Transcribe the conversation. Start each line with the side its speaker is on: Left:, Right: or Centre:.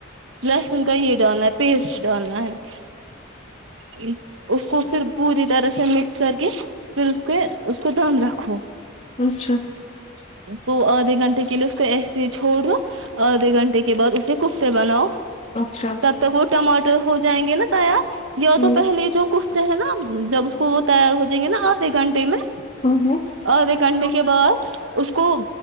Right: لہسن کا یہ ڈالنا ہے پیسٹ ڈولنا ہے <inaudible> ہ <unintelligible> اس کو پھر پوری طرح سے مکس کر کے پھر اس کے اس کو دم رکھو
Left: اسشس <unintelligible>
Right: وہ آدھ گھنٹے کے لیلے اس کو ایسی چھوڑ دوو آدھے گھنٹے کے بعد اسے کف سے بنااؤ
Left: اچھا
Right: ت تو کوٹ مٹ <unintelligible> ہو جائیں گے نا تایا
Left: ہوں
Right: یا تو پہلے جو ک ہے نا جب اس کو وہ تیار ہو جائیں گے نا آدھے گھنٹے میں
Left: ان <inaudible>
Right: آدھے گھنٹے کے بعد اس کو